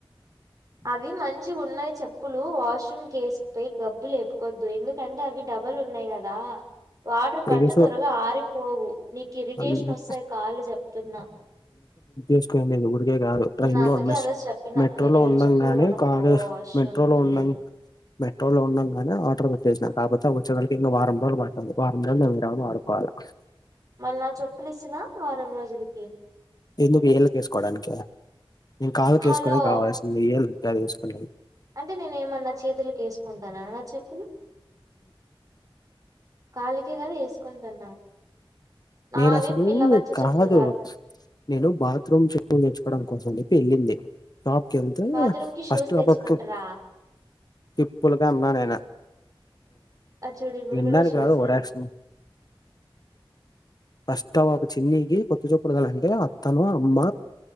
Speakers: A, on the right (about 40°); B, on the left (about 45°).
A: అవి మంచిగా ఉన్నాయ్ చెప్పులు వాష్రూమ్ కి ఎసుక పోయి గబ్బులేపుకొవద్దు ఎందుకంటే అవి డబల్ ఉన్నాయి గదా వాటర్
B: తెలుసు
A: పడితే త్వరగా ఆరిపోవు నీకు ఇరిటేషన్
B: అన్-
A: వస్తాయ్ కాళ్ళు చెప్తున్నా
B: ఏసుకునేది నేను ఎప్పుడు కాదు ట్రైన్
A: నేను అందుకే
B: లో మెస్
A: ఆ రోజు చెప్పిన
B: మెట్రోలో
A: వేరే
B: ఉన్నాం
A: చెప్పులు
B: గానే
A: కొనుక్కో
B: కార్
A: వాష్రూమ్
B: మెట్రోలో
A: కి
B: ఉన్నాం
A: అని
B: మెట్రోలో ఉన్నాం గానే ఆర్డర్ చేసిన కాకపోతే వచ్చేతల్కి ఇంక వారం రోజులు ప వారం రోజులు ఉండవ్ వాడుకోవాలా
A: మళ్ళీ నా చొప్పులు ఇస్తున వారం రోజులకి
B: ఎందుకు ఏళ్ళకు ఏసుకోవడానికా నేను కాళ్లకు
A: హలో
B: ఏసుకోవడానికి కావాల్సింది ఏల్ గది ఎస్కోని
A: అంటే నేను ఏమన్నా చేతులకి వేసుకుంటాన నా చెప్పులు కాలికె కదా వేసుకుంటున్నా నావి
B: నేను అసలు
A: పిల్ల బచ్చ
B: కాదు
A: చెప్పులు
B: నేను బాత్రూమ్ చెప్పులు తెచ్చుకోడాని కోసం నీ పేరు ఏందీ షాప్కి వెళ్తే
A: బాత్రూమ్ కి
B: ఫస్ట్
A: షూస్ తెచ్చుకుంటారా
B: ఒకక్క చెప్పులకే అందం నేను
A: ఆ చూడు ఇప్పుడు
B: వినడానికి
A: కూడా షూస్
B: రాదు ఓవర్
A: ఏ
B: ఆక్షన్ ఫస్టు టైమ్ ఒక చిన్నికి కొత్త చొప్పులు కావాలంటే అత్తను అమ్మ